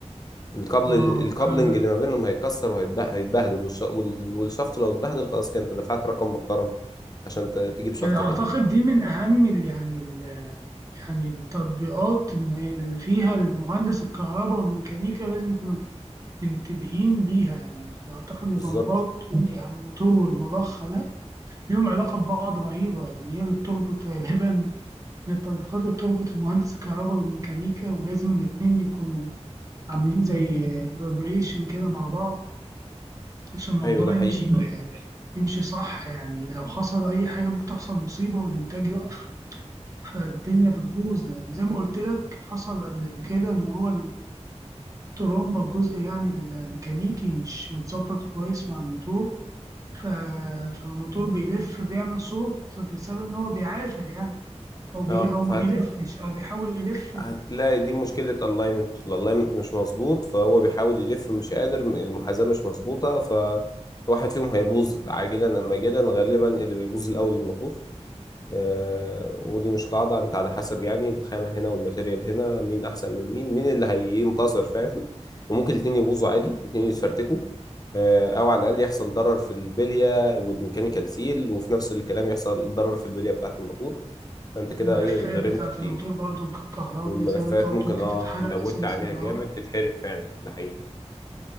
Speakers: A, on the left; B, on the right.
A: الكابل
B: اه
A: الكابلنج
B: كمان
A: اللي ما بينهم هيتكسر وهيتبهدل والش- وال- والشافت لو اتبهدل خلاص كده انت دفعت رقم محترم عشان ت- تجيب شافت
B: يعني اعتقد
A: تاني
B: دي من اهم ال- يعني ال- يعني التطبيقات إن هي اللي فيها المهندس الكهرباء والميكانيكا لازم يكونوا منتبهين ليها يعني أعتقد البمبات
A: بالظبط
B: والموتور والمضخة ده ليهم علاقة ببعض رهيبة يعني هي اللي بتربط غالبا من التطبيقات اللي بتربط المهندس الكهرباء والميكانيكا ولازم الاتنين يكونوا عاملين زي كولابريشن كده مع بعض عشان الموضوع
A: ايوه ده حقيقي
B: يمشي يمشي صح يعني لو حصل أي حاجة ممكن تحصل مصيبة والإنتاج يقف فالدنيا بتبوظ يعني زي ما قلت لك حصل قبل كده ان هو الترومبا الجزء يعني الميكانيكي مش متظبط كويس مع الموتور ف... فالموتور بيلف بيعمل صوت بسبب ان هو بيعافر يعني او بي...
A: اه
B: او ما
A: فهت...
B: بيلفش او بيحاول يلف
A: هتلاقي دي مشكلة الاينمنت الاينمنت مش مظبوط فهو بيحاول يلف مش قادر المحاذاة مش مظبوطة فواحد فيهم هيبوظ عاجلا ام اجلا غالبا اللي بيبوظ الاول الموتور آه، ودي مش قاعدة انت على حسب يعني الخامة هنا والماتيريال هنا مين احسن من مين مين اللي هينتصر فاهم <laughs> وممكن الاتنين يبوظوا عادي الاتنين يتفرتكوا آه، او على الاقل يحصل ضرر في البلية والميكانيكال سيل وفي نفس الكلام يحصل ضرر في البلية بتاعة الموتور فانت كده
B: فالملفات
A: ايه غرمت
B: بتاعة
A: كتير
B: الموتور برضو الكهربي
A: والملفات
B: زي ما انت قلت
A: ممكن
B: ممكن
A: اه
B: تتحرق
A: لودت
B: اساسا
A: عليها
B: اه
A: جامد تتحرق فعلا ده حقيقي